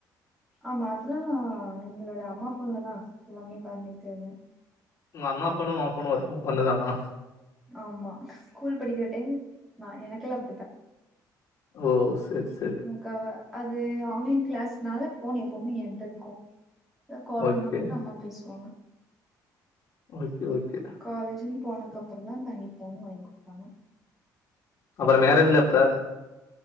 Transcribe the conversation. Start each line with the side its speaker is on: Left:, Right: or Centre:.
Centre: ஆமா அதெல்லாம் எங்களோட அம்மா ஃபோன்லதா எல்லாமே பண்ணிட்டு இருந்தே
Left: ஒங்க அம்மா ஃபோனு ஓ ஃபோனு ஒண்ணு தானா
Centre: ஆமா ஸ்கூல் படிக்கிற டைம் நா எனக்கல்லா அப்டித்தா
Left: ஓ செர் செரி
Centre: முக்காவ அது ஆன்லைன் கிளாஸ்னால ஃபோன் எப்பவுமே ஏன்ட்டருக்கு எதா கால்
Left: ஓகே
Centre: வந்தா மட்டு அம்மா பேசுவாங்க
Left: ஓகே ஓகே
Centre: காலேஜுன் போனக்கப்பறந் தா தனி ஃபோன் வாங்கி குடுத்தாங்க
Left: அப்பறோ மேரேஜல்லா எப்ப